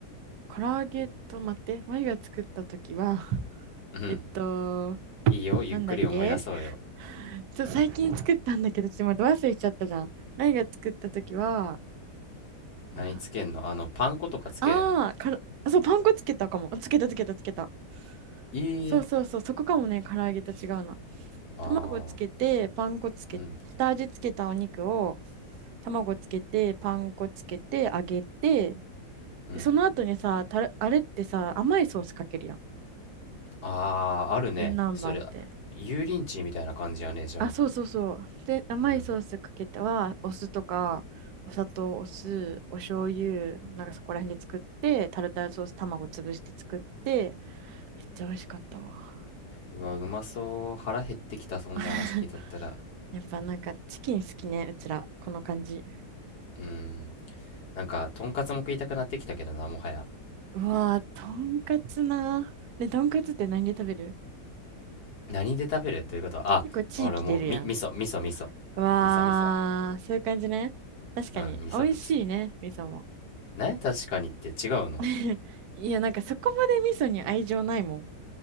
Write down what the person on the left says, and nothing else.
うん。
いいよ、ゆっくり思い出そうよ。
何つけんのあの、
パン粉とかつけるん
いい。
あ
ー、
うん、
うん。
あー、あるね。
それ、油淋鶏みたいな感じやね、じゃあ。
うん。
うわ、うまそう。腹減ってきた、そんな話聞いとったら。
うん。なんか、とんかつも食いたくなってきたけどな、もはや。
何で食べるということは、あ、
俺もう、み、味噌、味噌、味噌。
味噌、味噌。
うん、味噌カツ。
何確かにって違うの